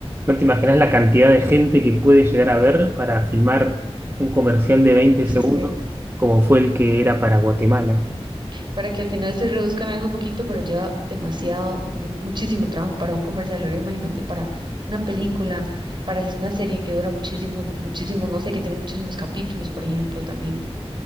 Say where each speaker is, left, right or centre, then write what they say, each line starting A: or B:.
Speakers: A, on the right; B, on the right.
A: no te imaginas la cantidad de gente que puede llegar a ver para filmar un comercial de veinte
B: Sí.
A: segundos como fue el que era para Guatemala.
B: para que al final se reduzcan algo poquito, pero lleva demasiado, mu- muchísimo trabajo para un comercial. Ahora imagínate para una película, para hacer una serie que dura muchísimo, muchísimo, no sé, que tiene muchísimos capítulos, por ejemplo, también.